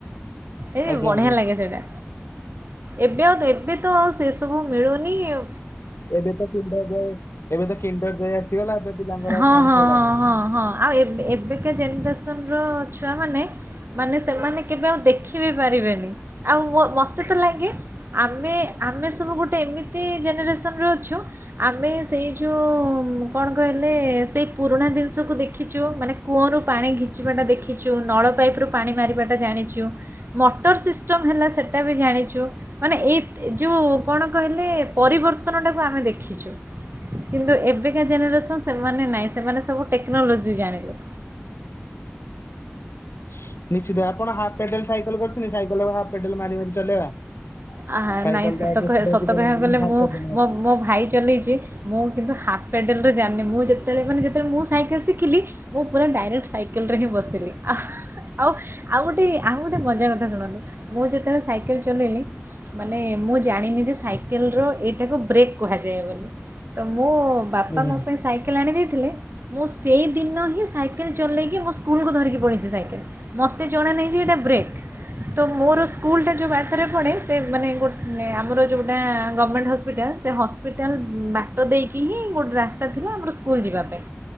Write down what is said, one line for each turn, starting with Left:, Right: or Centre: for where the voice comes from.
Right: ଏଇ
Left: ଆଜ୍ଞା
Right: ବଢ଼ିଆ
Left: ଆଜ୍ଞା
Right: ଲାଗେ ସେଗୁଡା। ଏବେ ଆଉ ଏବେ ତ ଆଉ ସେ ସବୁ ମିଳୁନି ଆଉ।
Left: ଏବେ ତ କିଣ୍ଡର୍ ଯଏ ଏବେ ତ କିଣ୍ଡର୍ ଯଏ ଆସିଗଲା ଏବେ ପିଲାଙ୍କର
Right: ହଁ
Left: କଣ
Right: ହଁ
Left: ସେଗୁଡାକ
Right: ହଁ
Left: ହବ।
Right: ହଁ ହଁ ଆଉ ଏବେ ଏବେକା ଜେନେରେସନ୍ ର ଛୁଆମାନେ ମାନେ ସେମାନେ କେବେ ଆଉ ଦେଖ୍ ଦେଖି ବି ପାରିବେନି ଆଉ ମୋତେ ତ ଲାଗେ ଆମେ ଆମେ ସବୁ ଗୋଟେ ଏମିତି ଜେନେରେସନ୍ ରେ ଅଛୁ ଆମେ ସେଇ ଯୋଉ କଣ? କହିଲେ ସେଇ ପୁରୁଣା ଜିନିଷକୁ ଦେଖ୍ ଦେଖିଚୁ ମାନେ କୂଅରୁ ପାଣି ଘିଚିବା ଟା ଦେଖିଚୁ ନଳ ପାଇପିରୁ ପାଣି ମାରିବାଟା ଜାଣିଚୁ। ମଟର ସିଷ୍ଟମ୍ ହେଲା ସେଇଟା ବି ଜାଣିଚୁ। ମାନେ ଏଇ ଯୋଉ କଣ କହିଲେ ପରିବର୍ତ୍ତନ ଟାକୁ ଆମେ ଦେଖିଚୁ। କିନ୍ତୁ ଏବେକା ଜେନେରେସନ୍ ସେମାନେ ନହିଁ ସେମାନେ ସବୁ ଟେକ୍ନୋଲୋଜି ଜାଣିଲେ।
Left: ହୁଁ <unintelligible> <unintelligible> ନିଶ୍ଚିତ ଆପଣ ହାପ୍ ପେଡାଲ୍ ସାଇକେଲ କରିଥିଲେ, ସାଇକେଲ ହାପ୍ ପେଡାଲ ମାରି ମାରି ଚଲେଇବା।
Right: ଆ
Left: ସାଇକେଲ
Right: ନାହିଁ ଶତ
Left: ଟା
Right: କହି ଶତ କହିବାକୁ ଗଲେ
Left: ହାଫ
Right: ମୁଁ
Left: ପେଡାଲ
Right: ମୋ ମୋ ଭାଇ ଚଲେଇଚି। ମୁଁ କିନ୍ତୁ ହାପ୍ ପେଡ଼ାଲରେ ଜାନିନି ମୁଁ ଯେତେବେଳେ ମାନ ଯେତେବେଳେ ମୁଁ ସାଇକେଲ୍ ଶିଖିଲି ମୁଁ ପୁରା ଡାଇରେକ୍ଟ ସାଇକେଲ୍ ରେ ହିଁ ବସିିଲି। ଆଉ ଆଉ ଗୋଟେ ଆଉ ଗୋଟେ ମଜା କଥା ଶୁଣନ୍ତୁ ମୁଁ ଯେତେବେଳେ ସାଇକେଲ୍ ଚଳେଇଲି। ମାନେ ମୁଁ ଜାଣିନି ଯେ ସାଇକେଲର ଏଇଟାକୁ ବ୍ରେକ୍ କୁହାଯାଏ ବୋଲି, ତ ମୁଁ ବାପା
Left: ଆଜ୍ଞା
Right: ମୋ ପାଇଁ ସାଇକେଲ ଆଣିଦେଇଥିଲେ। ମୁଁ ସେଇଦିନ ହିଁ ସାଇକେଲ ଚଲେଇକି ମୋ ସ୍କୁଲକୁୁ ଧରିକି ପଳେଇଛି ସାଇକେଲ୍। ମୋତେ ଜଣା ନାହିଁ ଯେ ଏଇଟା ବ୍ରେକ୍, ତ ମୋର ସ୍କୁଲଟା ଯୋଉ ବାଟେରେ ପଡ଼େ ସେ ମାନେ ଗୋ ଆମର ଯୋଉଟା ଗମେଣ୍ଟ୍ ହସ୍ପିଟାଲ୍ ସେ ହସ୍ପିଟାଲ୍ ବା ଟ ଦେଇକି ହିଁ ଗୋଟେ ରାସ୍ତା ଥିଲା, ଆମର ସ୍କୁଲ ଯିବା ପାଇଁ